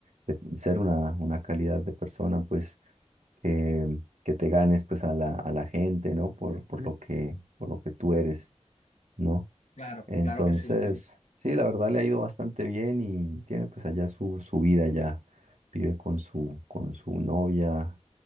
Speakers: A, on the right; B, on the left.
A: de- ser una, una calidad de persona, pues que, que te ganes pues a la, a la gente, ¿no? Por, por lo que, por lo que tú eres, ¿no?
B: Claro,
A: Entonces,
B: claro que sí, sí,
A: sí, la verdad le ha ido bastante bien y tiene pues allá su, su vida ya. Vive con su, con su novia,